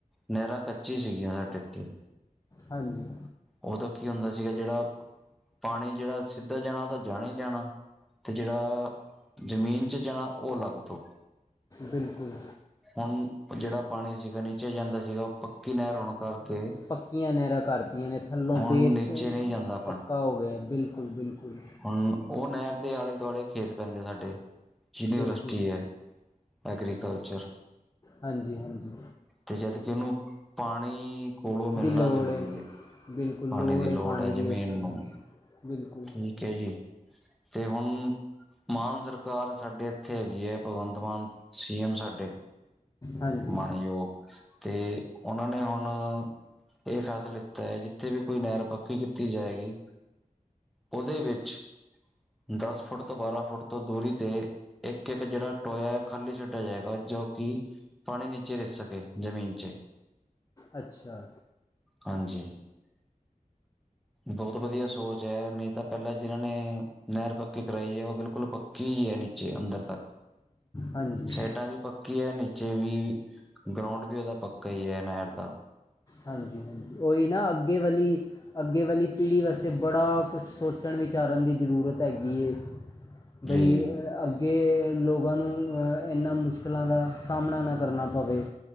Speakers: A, in the centre; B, on the left (about 25°).
A: ਨੇਹਰਾਂ ਕੱਚੀ ਸੀਗੀਆਂ ਸਾਡੇ ਏਥੇ।
B: ਹਾਂਜੀ।
A: ਓਦੋਂ ਕੀ ਹੁੰਦਾ ਸੀਗਾ ਜੇੜਾ ਪਾਣੀ ਜੇੜਾ ਸਿੱਧਾ ਜਾਣਾ ਓਦਾ ਜਾਣਾ ਈ ਜਾਣਾ, ਤੇ ਜਿਹੜਾ ਜ਼ਮੀਨ ਚ ਜਾਣਾ ਉਹ ਅਲੱਗ ਤੋਂ।
B: ਬਿਲਕੁਲ।
A: ਹੁਣ, ਜੇੜਾ ਪਾਣੀ ਸੀਗਾ ਨੀਚੇ ਜਾਂਦਾ ਸੀਗਾ ਉਹ ਪੱਕੀ ਨਹਿਰ ਹੋਣ ਕਰਕੇ
B: ਪੱਕੀਆਂ ਨੇਹਰਾਂ ਕਰਤੀਆਂ ਨੇ, ਥੱਲੋਂ
A: ਹੁਣ
B: ਬੇਸ
A: ਨੀਚੇ ਨਹੀਂ ਜਾਂਦਾ
B: ਪੱਕਾ ਹੋ ਗਿਆ ਬਿਲਕੁਲ - ਬਿਲਕੁਲ।
A: ਹਮ ਉਹ ਨੈਰ ਦੇ ਆਲੇ- ਦੁਆਲੇ ਖੇਤ ਪੈਂਦੇ ਸਾਡੇ, ਸਿਨੀਯਰ ਯੂਨੀਵਰਸਟੀ
B: ਬਿਲਕੁਲ
A: ਐ। ਐਗਰੀਕਲਚਰ।
B: ਹਾਂਜੀ- ਹਾਂਜੀ।
A: ਤੇ ਜਦਕਿ ਓਨੂੰ ਪਾਣੀ ਕੋਲੋਂ ਮਿਲਣਾ
B: ਦੀ ਲੋੜ
A: ਜ਼ਰੂਰੀ
B: ਹੈ
A: ਐ,
B: ਬਿਲਕੁਲ
A: ਪਾਣੀ ਦੀ
B: ਹੈ
A: ਲੋੜ
B: ਪਾਣੀ
A: ਐ
B: ਦੀ
A: ਜ਼ਮੀਨ
B: ਉੱਥੇ
A: ਨੂੰ।
B: ਬਿਲਕੁਲ।
A: ਠੀਕ ਏ ਜੀ, ਤੇ ਹੁਣ ਮਾਨਸਰ ਕਾਰ ਸਾਡੇ ਇੱਥੇ ਹੈਗੀ ਐ ਭਗਵੰਤ ਮਾਨ ਸੀ ਐਮ ਸਾਡੇ,
B: ਹਾਂਜੀ
A: ਮਨਯੋਗ ਤੇ ਓਨਾ ਨੇ ਹੁਣ ਇਹ ਫੈਸ ਲੇਤਾ ਏ ਜਿੱਥੇ ਵੀ ਕੋਈ ਨਹਿਰ ਪੱਕੀ ਕੀਤੀ ਜਾਏਗੀ ਓਦੇ ਵਿੱਚ ਦਸ ਫੁੱਟ ਤੋਂ ਬਾਰਾਂ ਫੁੱਟ ਤੋਂ ਦੂਰੀ 'ਤੇ ਇੱਕ- ਇੱਕ ਜੇੜਾ ਟੋਇਆ ਖਾਲੀ ਛੱਡਿਆ ਜਾਏਗਾ ਜੋ ਕਿ ਪਾਣੀ ਨੀਚੇ ਰਿਸ ਸਕੇ, ਜਮੀਨ ਚ।
B: ਅੱਛਾ।
A: ਹਾਂਜੀ। ਬੋਤ ਵਧੀਆ ਸੋਚ ਐ ਨਈ ਤਾਂ ਪੈਲਾਂ ਜਿਨਾਂ ਨੇ ਨਹਿਰ ਪੱਕੀ ਕਰਾਈ ਏ ਉਹ ਬਿਲਕੁਲ ਪੱਕੀ ਈ ਐ ਨੀਚੇ ਅੰਦਰ ਤੱਕ।
B: ਹਾਂਜੀ
A: ਸੈਡਾਂ ਵੀ ਪੱਕੀ ਐ ਨੀਚੇ ਵੀ, ਗਰੋਂਡ ਵੀ ਓਦਾ ਪੱਕਾ ਈ ਐ ਨੈਰ ਦਾ।
B: ਹਾਂਜੀ - ਹਾਂਜੀ, ਓਈ ਨਾ ਅੱਗੇ ਵਾਲੀ ਅੱਗੇ ਵਾਲੀ ਪੀੜ੍ਹੀ ਵਸਤੇ ਬੜਾ ਕੁਝ ਸੋਚਣ ਵਿਚਾਰਨ ਦੀ ਜ਼ਰੂਰਤ ਹੈਗੀ ਏ।
A: ਜੀ
B: ਬਈ <unintelligible> ਅੱਗੇ ਲੋਕਾਂ ਨੂੰ ਇਨਾਂ ਮੁਸ਼ਕਲਾਂ ਦਾ ਸਾਹਮਣਾ ਨਾ ਕਰਨਾ ਪਵੇ।